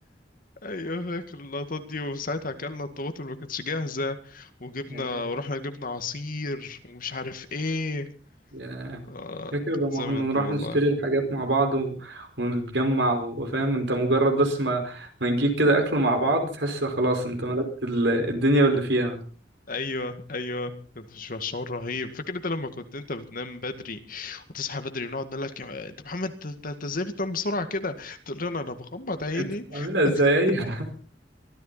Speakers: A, on the left; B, on the right.
A: ايوه فاكر اللقطات دي وساعتها اكلنا الطماطم اللي ما كانتش جاهزه وجبنا
B: أي.
A: ورحنا جبنا عصير ومش عارف ايه
B: ياه.
A: اه
B: فاكر لما
A: كان زمن
B: كنا نروح
A: دي والله
B: نشتري الحاجات مع بعض و... ونتجمع و- وفاهم انت مجرد بس ما ما نجيب كده اكل مع بعض تحس خلاص انت ملكت ال... الدنيا واللي فيها
A: ايوه ايوه كنت في شعور رهيب فاكر انت لما كنت انت بتنام بدري وتصحى بدري ونقعد نقول لك يا- انت محمد انت انت ازاي بتنام بسرعه كده تقول لنا انا بغمض عيني
B: انت بتعملها
A: <laughs>
B: ازاي <laughs>